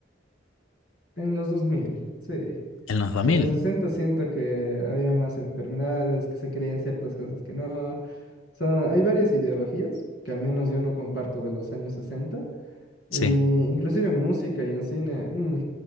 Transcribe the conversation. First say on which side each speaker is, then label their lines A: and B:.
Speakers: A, on the left (about 55°); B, on the left (about 85°).
A: En los 2000 sí.
B: En los dos
A: En
B: mil.
A: los 60 siento que había más enfermedades, que se creían ciertas cosas que no. O sea, hay varias ideologías que al menos yo no comparto de los años sesenta
B: sí.
A: Y inclusive en música y en cine, mm,